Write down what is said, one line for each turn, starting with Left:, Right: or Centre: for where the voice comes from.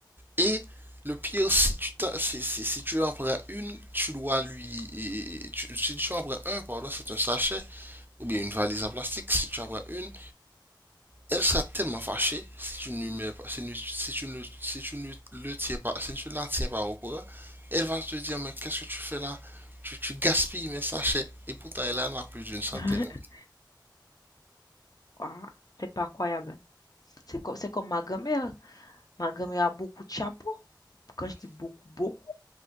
Right: Et le pire, si tu, si, si- si tu en prends une, tu dois lui. et- tu- si tu en prends un, pardon, c'est un sachet, ou bien une valise en plastique, si tu en prends une, elle sera tellement fâchée si tu ne si, si tu ne, si tu ne le tiens pas, si tu ne la tiens pas au courant, elle va te dire, mais qu'est-ce que tu fais là? Tu, tu gaspilles mes sachets. Et pourtant, elle en a plus d'une centaine.
Left: <laughs>
Right: hein.
Left: Ouah, c'est pas croyable. C'est comme, c'est comme ma grand-mère. Ma grand-mère a beaucoup de chapeaux. Quand je dis beaucoup, beaucoup,